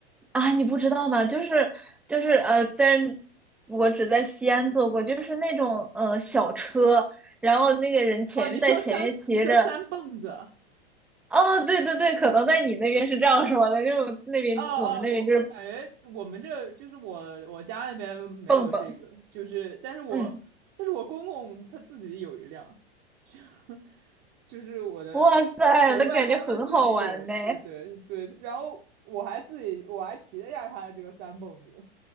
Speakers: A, in the centre; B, on the right.
A: 啊，你不知道吗？就是就是呃，虽然我只在西安坐过，就是那种呃小车，然后那个人前面在前面骑着。
B: 哦，你说三，你说三蹦子。
A: 哦，对对对，可能在你那边是这样说的，就是那边我们那边就是
B: 哦哦，我我感觉我们这就是我我家那边没有这个，
A: 蹦蹦。
B: 就是但是我但是我公公他自己有一辆，
A: 嗯，
B: 就 <laughs> 就是我的我的外公他自己有，
A: 哇塞，那感觉很好玩呢。
B: 对对对，然后我还自己我还骑了一下他的这个三蹦子